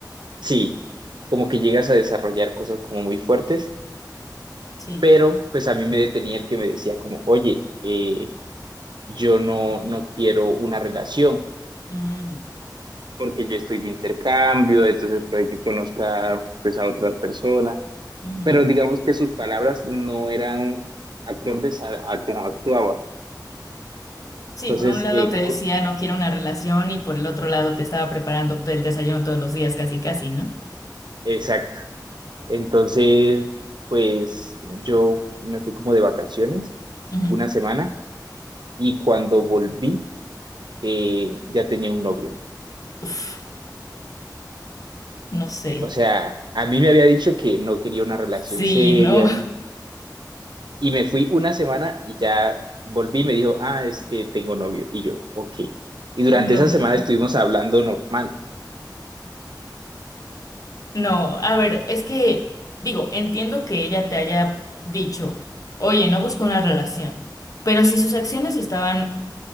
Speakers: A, on the right (about 75°); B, on the left (about 50°).
A: sí, como que llegas a desarrollar cosas como muy fuertes,
B: Sí.
A: pero pues a mí me detenía el que me decía como, oye, eh, yo no, no quiero una relación
B: Mm,
A: porque yo estoy de intercambio, entonces puede que conozca pues a otras personas,
B: ujú.
A: pero digamos que sus palabras no eran acordes a, a cómo actuaba.
B: Sí,
A: Entonces,
B: por un lado
A: eh,
B: te
A: co-
B: decía no quiero una relación y por el otro lado te estaba preparando el desayuno todos los días, casi, casi, ¿no?
A: exacto. Entonces, pues yo me fui como de vacaciones
B: Ujú.
A: una semana y cuando volví, eh, ya tenía un novio.
B: Uf, no sé.
A: O sea, a mí me había dicho que no quería una relación
B: Sí,
A: seria
B: no,
A: mm, y me fui una semana y ya volví y me dijo, ah, es que tengo novio. Y yo, ok. Y durante
B: <laughs>
A: esa semana
B: no.
A: estuvimos hablando normal,
B: No, a ver, es que, digo, entiendo que ella te haya dicho, oye, no busco una relación, pero si sus acciones estaban